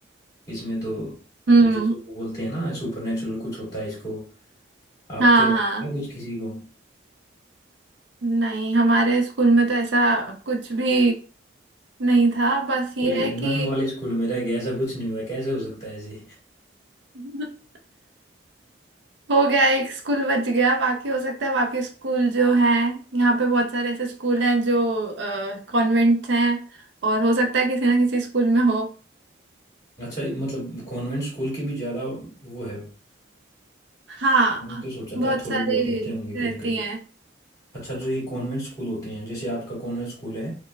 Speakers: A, on the left; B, on the right.
A: इसमें तो
B: हम्म
A: जैसे वो बोलते हैं ना सुपर नेचुरल कुछ होता है इसको आपके
B: हाँ
A: में
B: हाँ
A: है कुछ किसी को
B: नहीं हमारे स्कूल में तो ऐसा कुछ भी नहीं था बस ये
A: तो ये
B: है
A: नन
B: कि
A: वाले स्कूल में रह गया ऐसा कुछ नहीं हुआ कैसे हो सकता है ऐसे
B: <laughs> हो गया एक स्कूल बच गया बाकी हो सकता है बाकी स्कूल जो है यहाँ पे बहुत सारे ऐसे स्कूल हैं जो कॉन्वेंट्स हैं और हो सकता है किसी ना किसी स्कूल में हो
A: अच्छा मतलब कॉन्वेंट स्कूल की भी ज़्यादा वो है
B: हाँ
A: मैंने तो सोचा
B: बहुत
A: था थोड़े
B: सारे
A: बहुत होते होंगे
B: रहती
A: कहीं
B: हैं
A: अच्छा जो ये कॉन्वेंट स्कूल होते हैं जैसे आपका कॉन्वेंट स्कूल है